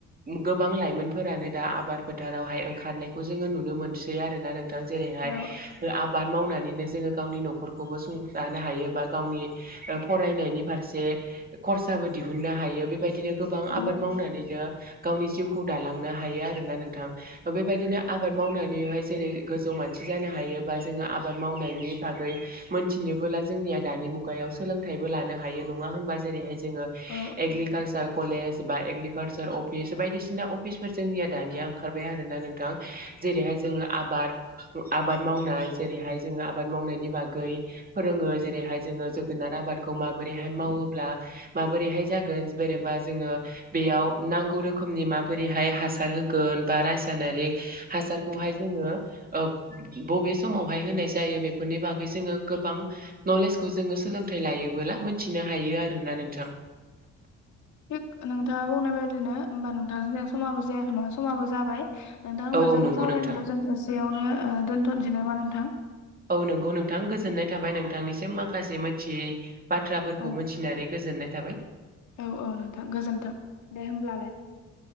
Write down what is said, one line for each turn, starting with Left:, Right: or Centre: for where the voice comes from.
Right: गोबां लाइमोनफोरानो दा आबाद फोथारावहाय ओंखारनायखौ जोङो नुनो मोनसै आरोना नों- थां जेरैहाय
Left: औ
Right: ओ आबाद मावनानै- नो जोङो गावनि न'खरखौबो सुंथानो हायो बा गावनि ओ फरायनायनि फारसे खरसाबो दिहुननो हायो बे बेबायदिनो गोबां
Left: औ
Right: आबाद मावनानैनो गावनि जिउखौ दालांनो हायो आरोना नों- थां बेबायदिनो आबाद मावनानैहाय जेरै गोजौ मानसि जानो हायो बा जोङो आबाद मावनायनि बागै मोनथिनोबोला जोंनिया दानि मुगायाव सोलोंथाइ बो लानो हायो नङा होमबा जेरैहाय जोङो
Left: औ
Right: एग्लि- कालसार कलेज बा एग्रिकालसार अफिस बायदिसिना अफिसफोर जोंनिया दानिया ओंखारबाय आरोना नोंथां जेरैहाय जोङो आबाद आबाद मावनाय जेरैहाय जोङो आबाद मावनायनि बागै फोरोङो जेरैहाय जोङो जोगोनार आबादखौ माबोरैहाय मावोब्ला माबोरैहाय जागोन बेरेबा जोङो बेयाव नांगौ रोखोमनि माबोरैहाय हासार होगोन बा रासा- यनारि हासारखौहाय जोङो ओ बबे समावहाय होनाय जायो बेफोरनि बागै जोङो गोबां नलेज खौ जोङो सोलोंथाइ लायोबोला मिथिनो हायो आरोना नोंथां
Left: थिक नोंथाङा बुंनाय बायदिनो होमबा नोंथां जोंनिया समाबो जायाखै नङा समाबो जाबाय नोंथां होमबा
Right: औ औ
Left: जोंनि
Right: नंगौ
Left: सावरायनायखौ
Right: नोंथां
Left: जों एसेयावनो दोन्थ'नोसै नामा नोंथां
Right: औ नंगौ नोंथां गोजोननाय थाबाय नोंथांनिसिम माखासे मिथियै बाथ्राफोरखौ
Left: <unintelligible>
Right: मोनथिनानै गोजोननाय थाबाय
Left: औ औ नोंथां गोजोन्थों दे होमब्लालाय